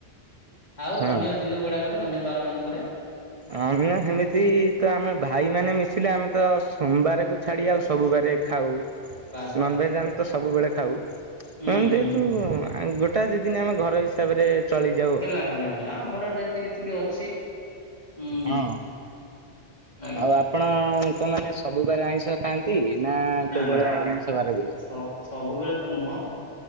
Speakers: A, on the left; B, on the right.
A: ଆଉ
B: ହଁ
A: ଅନ୍ୟ ଦିନ ଗୁଡାକରେ ଅନ୍ୟ ବାର ମାନଙ୍କରେ?
B: ଆଉ ମାନେ ସେମିତି ତ ଆମେ ଭାଇ ମାନେ ମିଶିଲେ ଆମେ ତ ସୋମବାରକୁ ଛାଡି ଆଉ ସବୁବାରେ ଖାଉ।
A: ବାସ୍ ବାସ୍
B: ନନଭେଜ
A: ବାସ୍
B: ଆମେ ତ
A: ବାସ୍
B: ସବୁବେଳେ ଖାଉ।
A: ହୁଁ
B: ହଁ
A: ହୁଁ
B: ଯେହେତୁ
A: ହୁଁ
B: ଗ ଟା ଦିଦିନ ଆମ ଘର ହିସାବରେ ଚଳି ଯାଉ।
A: ହେଲା ହେଲା ଘରର ରୀତିନୀତି ବି ଅଛି। ହୁଁ
B: ହଁ
A: ଆଜ୍ଞା
B: ଆଉ ଆପଣଙ୍କ ମାନେ ସବୁବେଳେ ଆଇଁଷ ଖାଆ ନ୍ତି ନା କେବଳ
A: ନା ନା
B: ଆମିଷ ବାର ଦିନ?
A: ସ- ସବୁବେଳେ ତ ନୁହଁ